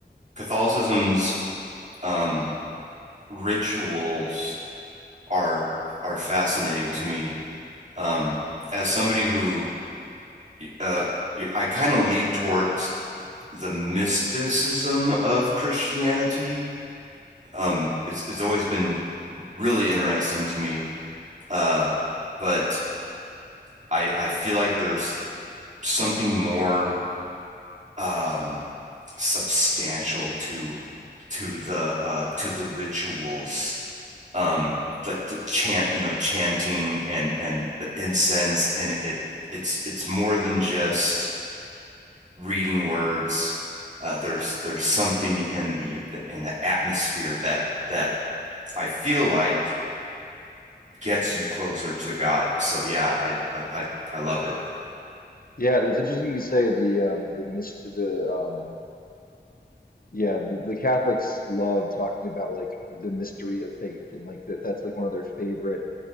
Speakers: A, on the right; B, on the left.
A: Catholicism's um rituals are are fascinating to me. Um as somebody who uh I kind of lead towards the mysticism of Christianity. Um it's it's always been really interesting to me. Uh but I I feel like there's something more um substantial to to the uh, to the rituals um the, the chant you know chanting and and the incense and it it's it's more than just reading words uh, there's there's something in the in the atmosphere that that I feel like gets you closer to God. So yeah, I I I love it.
B: yeah, that's interesting you say the um the mystery the um yeah the, the Catholics love talking about like the mystery of faith and like that that's like one of their favorite